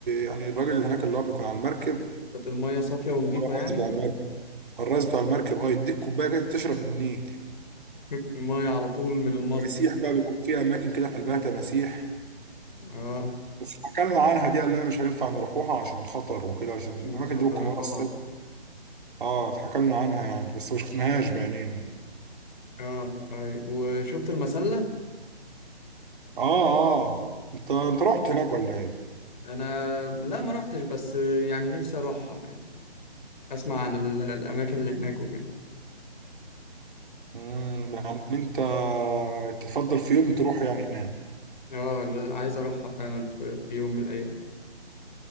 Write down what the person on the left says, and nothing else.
كانت المية صافية ونضيفة
يعني
<laughs> المية على طول من المصدر
اه
عشان
خطر
طبعا
اه طيب وشفت المسلة
انا لا ما روحتش بس يعني نفسي اروحها وكان اسمع عن ال- الاماكن اللي هناك وكده
اه لا، عايز اروحها فعلا في, في يوم من الايام